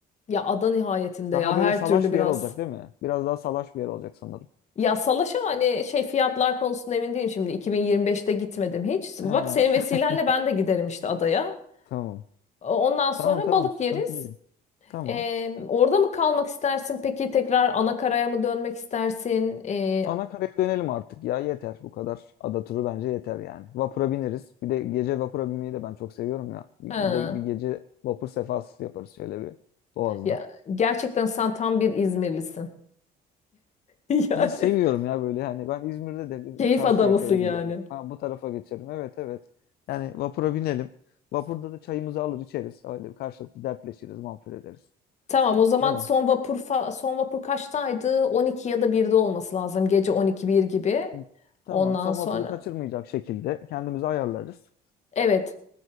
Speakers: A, on the left (about 40°); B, on the left (about 70°).
A: Ya ada nihayetinde
B: Daha
A: ya her
B: böyle salaş
A: türlü biraz.
B: bir yer olacak değil mi? Biraz daha salaş bir yer olacak sanırım.
A: Ya Salaş'a hani şey fiyatlar konusunda emin değilim şimdi. 2025'te gitmedim hiç.
B: Ha,
A: Bak senin vesilenle
B: <laughs>
A: ben de giderim işte adaya.
B: Tamam.
A: Ondan sonra
B: Tamam tamam
A: balık
B: sıkıntı
A: yeriz.
B: değil. Tamam.
A: Ee, orada mı kalmak istersin peki tekrar ana karaya mı dönmek istersin? Ee,
B: Ana karaya dönelim artık ya yeter bu kadar. Ada turu bence yeter yani. Vapura bineriz. Bir de gece vapura binmeyi de ben çok seviyorum ya. Bir
A: ha,
B: de bir gece vapur sefası yaparız şöyle bir Boğaz'da.
A: ya gerçekten sen tam bir İzmirlisin. <laughs> Yani
B: Ya seviyorum ya böyle hani ben İzmir'de de bir
A: keyif
B: Karşıyaka'ya
A: adamısın yani.
B: giderim. Ha, bu tarafa geçerim. Evet evet. Yani vapura binelim. Vapurda da çayımızı alır içeriz. Öyle karşılıklı dertleşiriz, muhabbet ederiz.
A: Tamam o zaman
B: Değil mi?
A: son vapur fa- son vapur kaçtaydı? 12 ya da 1'de olması lazım. Gece 12 1 gibi.
B: Hı, Tamam.
A: Ondan
B: Son
A: sonra
B: vapuru kaçırmayacak şekilde kendimizi ayarlarız.
A: Evet.